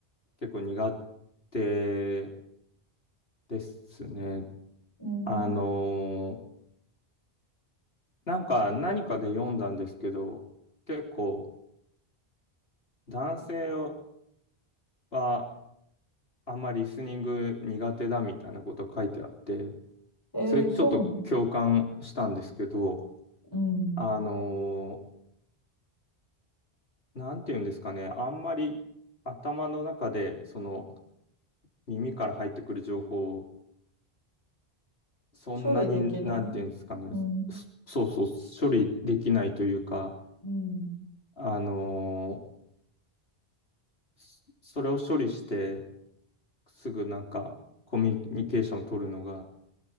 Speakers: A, on the left; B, on the left.
A: 結構苦手ですね。
B: うん。
A: あのーなんか何かで読んだんですけど、結構男性はあんまりリスニング苦手だみたいなこと書いてあって、
B: えー、
A: それちょっと共感したんですけど、
B: そうなんだ。うん。
A: あのーなんて言うんですかね、あんまり頭の中でその耳から入ってくる情報をそんなに、
B: 処理できない
A: なんて言うんですかね、
B: うん。
A: そそうそう、処理できないというか、
B: うん。
A: あのーそそれを処理して、すぐなんかコミュニケーション取るのが、